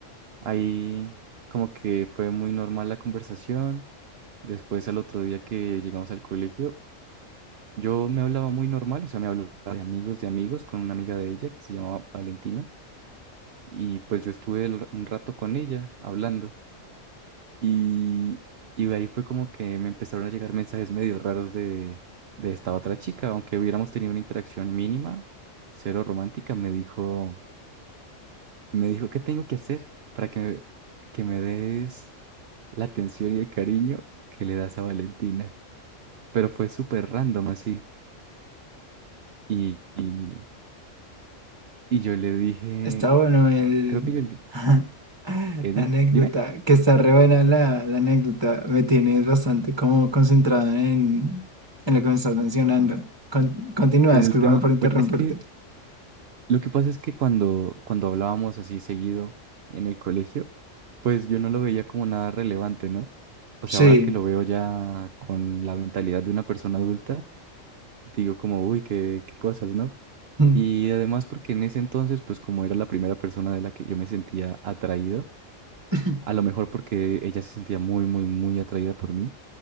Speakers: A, on the right; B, on the right.
A: ahí como que fue muy normal la conversación. Después al otro día que llegamos al colegio, yo me hablaba muy normal, o sea, me hablaba de amigos, de amigos, con una amiga de ella que se llamaba Valentina. Y pues yo estuve el- un rato con ella hablando. Y, y de ahí fue como que me empezaron a llegar mensajes medio raros de, de esta otra chica, aunque hubiéramos tenido una interacción mínima, cero romántica, me dijo... Me dijo, ¿qué tengo que hacer para que, que me des la atención y el cariño que le das a Valentina? Pero fue súper random así. Y, y, y yo le dije,
B: Está bueno el...
A: creo que yo le...
B: <laughs> La
A: eh, dime,
B: anécdota,
A: dime,
B: que está re buena la, la anécdota. Me tienes bastante como concentrado en, en lo que me estás mencionando. Con- continúa,
A: en
B: discúlpame
A: el tema...
B: por interrumpirte.
A: Bueno, es que lo que pasa es que cuando, cuando hablábamos así seguido en el colegio, pues yo no lo veía como nada relevante, ¿no? O
B: Sí,
A: sea, ahora que lo veo ya con la mentalidad de una persona adulta, digo como, uy, qué, qué cosas, ¿no?
B: <laughs>
A: Y además porque en ese entonces, pues como era la primera persona de la que yo me sentía atraído,
B: <clears throat>
A: a lo mejor porque ella se sentía muy, muy, muy atraída por mí.